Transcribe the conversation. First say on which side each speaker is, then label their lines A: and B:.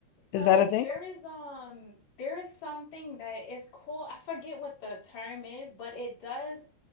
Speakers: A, on the left; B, on the left.
A: So
B: Is that a thing?
A: there is um there is something that is cool. I forget what the term is, but it does